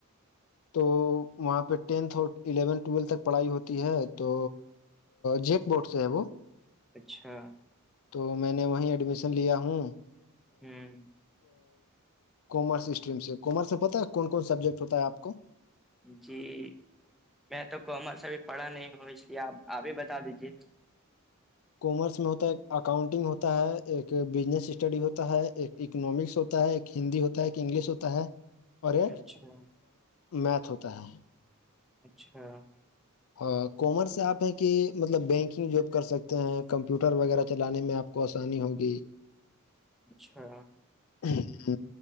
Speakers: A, on the left; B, in the centre.
A: تو وہاں پہ ٹینتھ اور الیونتھ ٹویلتھ تک پڑھائی ہوتی ہے تو جیک بوٹ سے ہیں وہ
B: اچھا
A: تو میں نے وہیں ایڈمیشن لیا ہوں
B: ہوں
A: کامرس اسٹریم سے کامرس میں پتا ہے کون کون سبجیکٹ ہوتا ہے آپ کو
B: جی میں تو کامرس ابھی پڑھا نہیں ہوں اس لیے آپ آب بھی بتا دیجیے
A: کامرس میں ہوتا ہے ایک اکاؤنٹنگ ہوتا ہے ایک بزنس اسٹڈی ہوتا ہے ایک اکنامکس ہوتا ہے ایک ہندی ہوتا ہے ایک انگلش ہوتا ہے اور ایک
B: اچھا
A: میتھ ہوتا ہے
B: اچھا
A: ہ کامرس آپ ہیں کہ مطلب بینکنگ جاب کر سکتے ہیں کمپیوٹر وغیرہ چلانے میں آپ کو آسانی ہوگی
B: اچھا
A: ہ